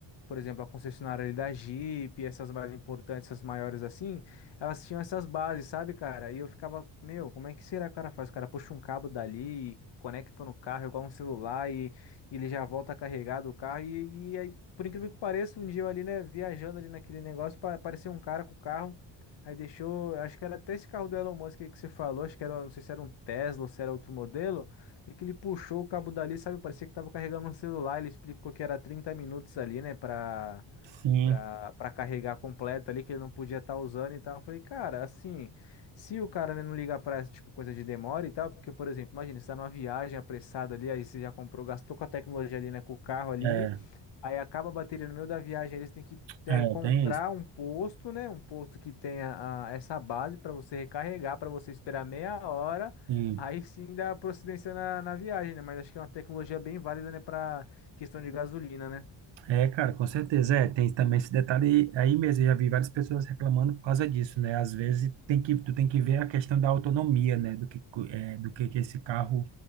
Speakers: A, on the left (about 65°); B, on the right (about 70°).
A: Por exemplo, a concessionária ali da Jeep, essas mais importantes, essas maiores assim, elas tinham essas bases, sabe, cara? E eu ficava, meu, como é que será que o cara faz? O cara puxa um cabo dali, e conecta no carro, igual um celular, e, e ele já volta carregado o carro. E, e aí, por incrível que pareça, um dia eu ali, né, viajando ali naquele negócio, pa- apareceu um cara com o carro. Aí deixou, acho que era até esse carro do Elon Musk aí que você falou, acho que era, não sei se era um Tesla ou se era outro modelo, e que ele puxou o cabo dali, sabe? Parecia que tava carregando um celular, ele explicou que era 30 minutos ali, né, pra,
B: sim,
A: pra, pra carregar completo ali, que ele não podia estar usando e tal. Eu falei, cara, assim, se o cara né, não ligar pra essa tipo, coisa de demora e tal, porque, por exemplo, imagina, você tá numa viagem apressada ali, aí você já comprou, gastou com a tecnologia ali, né, com o carro ali,
B: é,
A: aí acaba a bateria no meio da viagem, eles têm que. né,
B: é,
A: encontrar
B: tem isso.
A: um posto, né? Um posto que tenha a- essa base para você recarregar, para você esperar meia hora,
B: Sim.
A: aí sim dá procedência na, na viagem, né? Mas acho que é uma tecnologia bem válida, né? Para questão de gasolina, né?
B: É, cara, com certeza. É, tem também esse detalhe aí mesmo. Eu já vi várias pessoas reclamando por causa disso, né? Às vezes tem que, tu tem que ver a questão da autonomia, né? Do que, co- é, do que, que esse carro